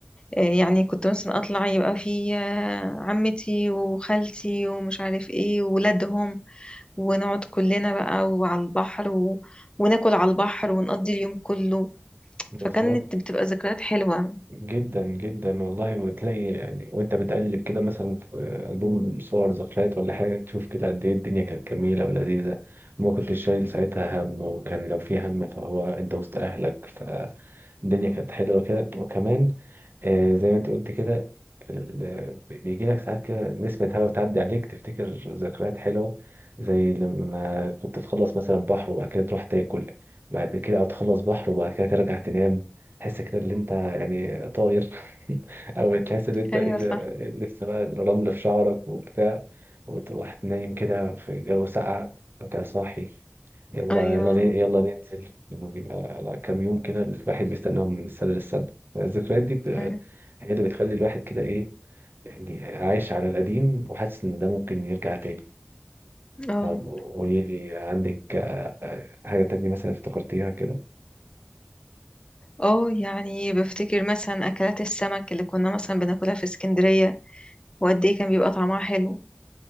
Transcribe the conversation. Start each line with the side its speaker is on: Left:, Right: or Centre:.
Left: آه، يعني كنت مثلا اطلع يبقى في آه، عمتي وخالتي ومش عارف ايه وولادهم ونقعد كلنا بقى وعلى البحر و... وناكل على البحر ونقضي اليوم كله فكانت
Right: بالظبط
Left: بتبقى ذكريات حلوة
Right: جدا جدا والله وتلاقي يعني وانت بتقلب كده مثلا في ألبوم صور ذكريات ولا حاجة تشوف كده قد ايه الدنيا كانت جميلة ولذيذة وما كنتش شايل ساعتها هم وكان لو في هم فهو انت وسط أهلك فالدنيا كانت حلوة كده وكمان آه، زي ما انت قلت كده ال- بيجي لك ساعات كده نسمة هوا تعدي عليك تفتكر ذكريات حلوة زي لما كنت تخلص مثلا بحر وبعد كده تروح تاكل بعد كده او تخلص بحر وبعد كده ترجع تنام تحس كده اللي انت يعني طاير <laughs> او تحس ان انت
Left: ايوه صح
Right: لسه بقى الرمل في شعرك وبتاع وتروح نايم كده في جو ساقع وكده صاحي يلا
Left: ايوه
Right: يلا ن- يلا ننزل انه بيبقى لا، كام يوم كده الواحد بيستناهم من السنة للسنة الذكريات دي ب-
Left: ايوه
Right: هي اللي بتخلي الواحد كده ايه يعني عايش على القديم وحاسس ان ده ممكن يرجع تاني
Left: اه
Right: طب قولي لي عندك آه، آه، حاجة تانية مثلا افتكرتيها كده
Left: اه يعني بفتكر مثلا اكلات السمك اللي كنا مثلا بناكلها في اسكندرية وقد ايه كان بيبقى طعمها حلو